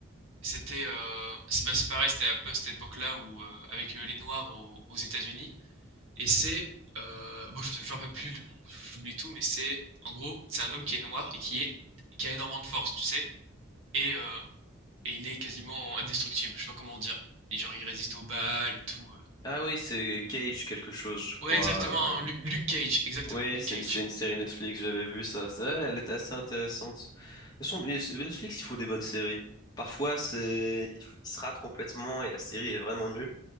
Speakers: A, on the right; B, on the left.
A: C'était euh, c'est bah, c'est pareil, c'était un peu à cette époque-là où euh, avec euh, les Noirs au- aux, États-Unis. Et c'est euh, bon, je, je me rappelle plus, le nom, j'oublie tout, mais c'est en gros c'est un homme qui est noir et qui est qui a énormément de force, tu sais, et, euh, et il est quasiment indestructible. Je sais pas comment dire. Et genre il résiste aux balles et tout.
B: Ah oui, c'est Cage quelque chose, je crois.
A: euh. Ouais, exactement. Lu- Luke Cage, exactement.
B: Oui,
A: Luke
B: c'est
A: Cage.
B: une, c'est une série Netflix, j'avais vu ça. Ça, elle était assez intéressante. Mais son- mais c'est- Netflix, il faut des bonnes séries. Parfois, c'est, ils ils se ratent complètement et la série est vraiment nulle.